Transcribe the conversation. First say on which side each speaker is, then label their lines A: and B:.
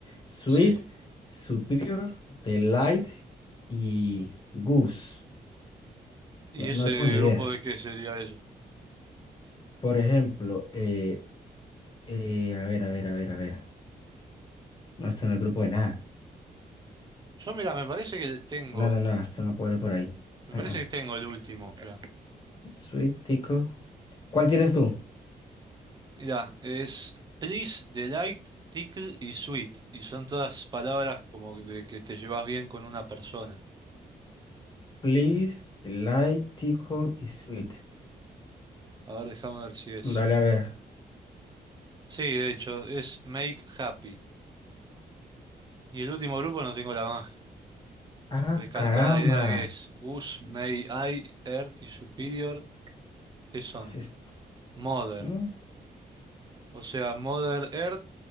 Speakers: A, on the left; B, on the right.
A: Sweet,
B: sí.
A: Superior, Delight y Goose.
B: ¿Y
A: No, no
B: ese
A: tengo ni idea.
B: grupo de qué sería eso?
A: Por ejemplo, eh, eh, a ver, a ver, a ver, a ver. No está en el grupo de nada.
B: Yo, mira, me parece que tengo,
A: No, no, no, esto no puede ir por ahí.
B: me
A: Ah,
B: parece que tengo el último ya.
A: ah. Sweet, Tico. ¿Cuál tienes tú?
B: Mira, es Please, Delight, Tickle y Sweet. Y son todas palabras como de que te llevas bien con una persona.
A: Please, Delight, Tico y Sweet.
B: A ver, déjame ver si es.
A: Dale a ver.
B: Sí, de hecho, es Make Happy. Y el último grupo no tengo la más
A: Ah,
B: recalcada
A: caramba.
B: idea que es Goose, May I, Earth y Superior, que son
A: ¿Qué es esto?
B: Mother.
A: Mm,
B: O sea, Mother Earth,